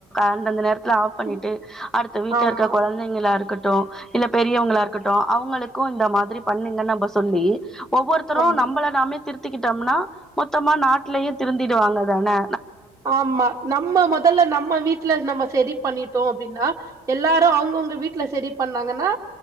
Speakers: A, in the centre; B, on the right.
A: அந்தந்த நேரத் ஆப் பண்ணிட்டு
B: ம்,
A: அடுத்த வீட்டுல
B: ஆமா
A: இருக்க குழந்தைங்களா இருக்க இல்ல பெரியவங்களா இருக்கட் ட்டு அவங்களுக்கும் இந்த மாதிரி பண்ணீங்கன்னு நம்ம சொல்லி ஒவ்வொருத்தரும்
B: ஆமா
A: நம்மளை நாமே திரு க்கிட்டோம்னா மொத்தமா நாட்டலயே திருந்திடுவாங்க தானே
B: ஆமா நம்ம முதல்ல நம்ம வீட்டுல நம்ம செரி பண்ணிட்டோம் அப்படின்னா எல்லா அவங்கவுங்க வீட்டுல சரி பண்ணாங்கன்னா